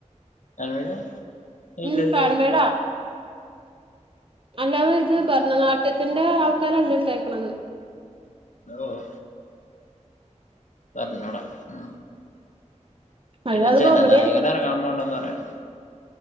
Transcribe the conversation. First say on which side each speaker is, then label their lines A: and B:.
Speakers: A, on the left; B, on the right.
A: ആൻഡ്മലെ
B: ഉം
A: ഇല്ലല്ലോ.
B: ഫാൻ മെയ്ഡാ അല്ലാതെ ഇത് ഭരതനാട്യത്തിന്റെ ആൾക്കാരല്ലേ ഇട്ടേക്കണത്.
A: ഓഹ്. തന്നട ഉം. പിന്നെ
B: അല്ലാതെ
A: ജനനായകനറങ്ങാന്
B: കോമഡി ആയിരിക്കും
A: ൻേണ്ടന്ന് പറയണ്ട്.